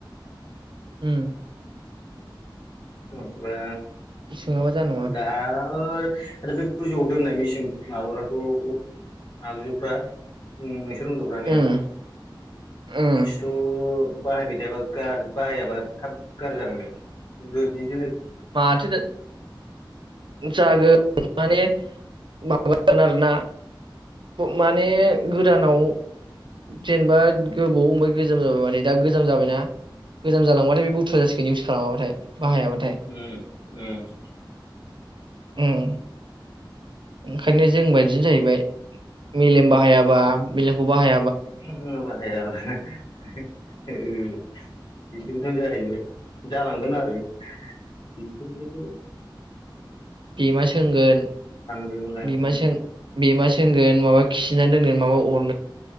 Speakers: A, on the right; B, on the left.
A: उम।
B: <inaudible> बे
A: सोङाबा जानाय
B: गोजौआव
A: नङा
B: दोननाय मेसिन माबाफोरखौ आगजुफ्रा। <inaudible> बिसोर उन्दुग्रानिया
A: उम उम
B: नोंसोरथ' बाहायबाय थायाबा गा बाहायाबा थाब गार्जि <inaudible>
A: माथो जागोन माने माबा जागोन आरो ना! माने गोदानाव जेनेबा गोबाव ओमाय गोजाम जाबाय माने दा गोजाम जाबायना गोजाम जालांबाथाय बे बुथुवा जासिगोन इउस खालामाबाथाय बाहायाबाथाय
B: उम उम।
A: ओम। ओंखायनो जों बायदिनो जाहैबाय मेलेमबा। हायाबा बिलेमखौबो बाहाया
B: <unintelligible> गालांगोन आरो बिसोरबोथ'
A: बेमा सोंगोन
B: बेमालाय
A: बेमा
B: उम
A: सों-सोंगोन नङाबा खिगोन बिनानै दोनगोन माबा अर